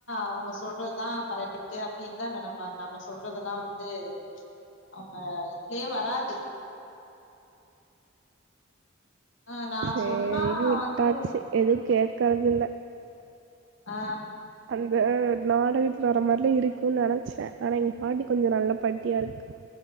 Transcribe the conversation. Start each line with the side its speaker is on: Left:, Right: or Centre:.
Left: அவுங்க சொல்றதுதா கரெக்ட்டு அப்டின்னு தா நெனப் பாங்க நம்ம சொல்றதெல்லா வந்து அவுங்க வே வராது ஆ நா
Right: சேரின்னு
Left: சொன்னா
Right: விட்டாச்சு
Left: வந்து
Right: எதுவு கேக் கறதுல்ல
Left: ஆ
Right: அந்த நாடகத்துல வர மாரிலா இருக்குன் நெனச்ச ஆனா எங்க பாட்டி கொஞ்சோ நல்ல பாட்டியா இருக்கு